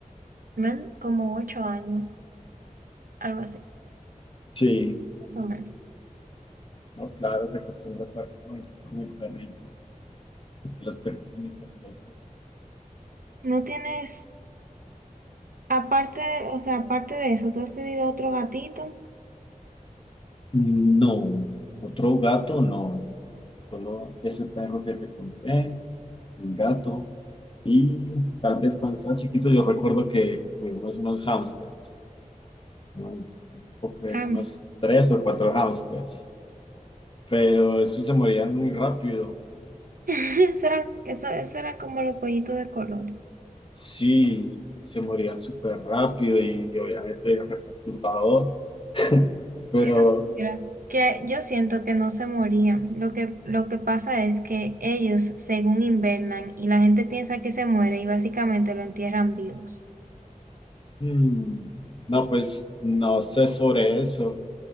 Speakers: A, on the right (about 80°); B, on the left (about 35°).
A: men- como 8 años, algo así,
B: sí.
A: más o menos.
B: No, claro, se acostumbra a estar con el, con el perrito, que los perritos son muy cariñosos.
A: ¿No tienes, aparte, o sea, aparte de eso, tú has tenido otro gatito?
B: No, otro gato no. Solo ese perro que te conté, el gato. Y tal vez cuando estaba chiquito yo recuerdo que tuvimos unos hámsters. ¿no? Un poco de-
A: Ah,
B: unos tres o cuatro hamsters, pero esos se morían muy rápido.
A: <laughs> Eso era, eso, eso era como los pollitos de color.
B: Sí, se morían súper rápido y, obviamente era perturbador, <laughs> pero
A: Si tú supieras que yo siento que no se morían. Lo que, lo que pasa es que ellos, según invernan, y la gente piensa que se muere y básicamente lo entierran vivos.
B: mm, no, pues no sé sobre eso,